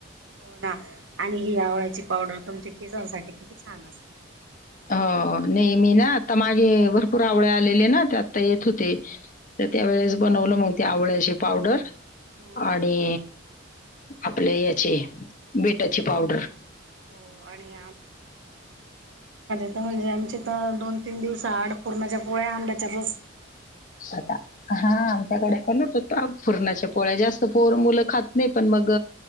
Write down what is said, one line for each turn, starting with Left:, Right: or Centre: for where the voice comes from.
Right: हो ना आणि हि आवळ्याची पावडर तुमच्या केसांसाठी किती छान असते.
Left: हो नाही मी ना आता मागे भरपूर आवळे आलेले ना ते आता येत होते तर त्यावेेळेस बनवलं मग ते आवळ्याची पावडर
Right: हम्म हम्म
Left: आणि आपल्या याची बीटाची पावडर.
Right: हो आणि आ म्हणजे आमचे तर दोन तीन दिवस आड पूरणाच्या पोळ्या आंब्याच्या रस
Left: आता हा आमच्याकडे पण होत. अ पुरणाच्या पोळ्या जास्त पोर मुलं खात नाही पण मग